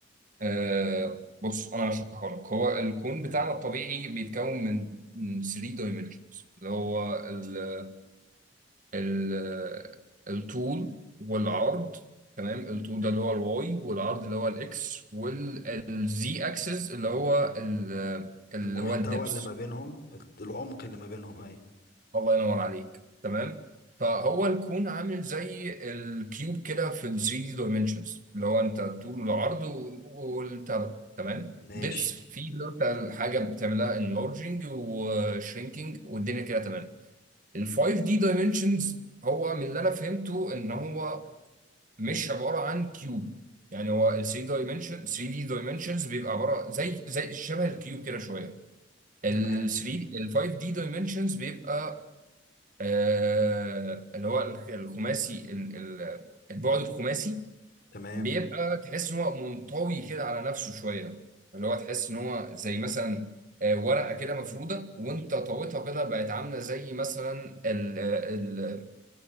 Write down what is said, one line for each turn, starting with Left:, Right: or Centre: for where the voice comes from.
Right: آه، بص أنا هشرحها لك هو الكون بتاعنا الطبيعي بيتكون من من 3 دايمنشنز اللي هو ال ال الطول والعرض تمام الطول ده اللي هو الواي والعرض اللي هو الإكس والزي أكسس اللي هو ال اللي
Left: المحتوى
Right: هو الدبس
Left: اللي ما بينهم العمق اللي ما بينهم أيوة
Right: الله ينور عليك تمام فهو الكون عامل زي الكيوب كده في ال 3 دايمنشنز اللي هو انت طول العرض والبتاع ده تمام
Left: ماشي
Right: دبس فيه اللي هو انت الحاجه بتعملها انلارجنج وشرينكينج والدنيا كده تمام ال 5 دي دايمنشنز هو من اللي انا فهمته ان هو مش عباره عن كيوب يعني هو ال 3 دايمنشن 3 دي دايمنشنز بيبقى عباره زي زي شبه الكيوب كده شويه ال
Left: تمام
Right: 3 ال 5 دي دايمنشنز بيبقى آه، اللي هو الخ- الخماسي ال- ال- البعد الخماسي
Left: تمام
Right: بيبقى تحس ان هو منطوي كده على نفسه شويه اللي هو تحس ان هو زي مثلا آه، ورقه كده مفروده وانت طويتها كده بقت عامله زي مثلا ال ال